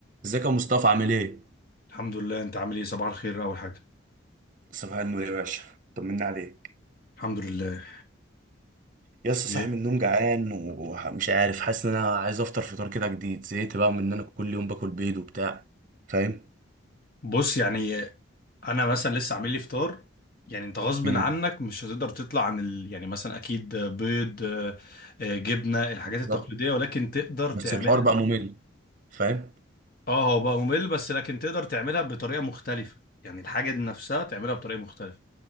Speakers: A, on the right; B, on the left.
A: ازيك يا مصطفى عامل ايه؟
B: الحمد لله انت عامل ايه صباح الخير اول حاجه
A: صباح النور يا باشا طمنا عليك
B: الحمد لله
A: يا اسطى
B: ايه
A: صاحي من النوم جعان ومش عارف حاسس ان انا عايز افطر فطار كده جديد زهقت بقى من ان انا كل يوم باكل بيض وبتاع فاهم
B: بص يعني انا مثلا لسه عامل لي فطار يعني انت غصب
A: امم
B: عنك مش هتقدر تطلع عن ال... يعني مثلا اكيد بيض آه، آه، جبنه الحاجات
A: بالظبط
B: التقليديه ولكن تقدر
A: بس
B: تعملها
A: الحوار بقى ممل فاهم؟
B: اه هو بقى ممل بس لكن تقدر تعملها بطريقه مختلفه يعني الحاجه دي نفسها تعملها بطريقه مختلفه